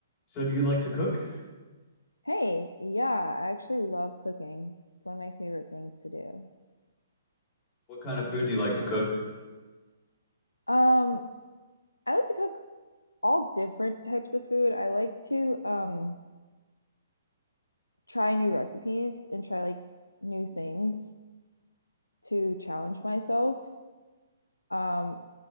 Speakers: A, on the left; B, on the left.
A: So do you like to cook?
B: Hey, yeah, I actually love cooking. It's one of my favorite things to do.
A: What kind of food do you like to cook?
B: Um, I like to cook all different types of food. I like to um try new recipes and try like new things to challenge myself. Um,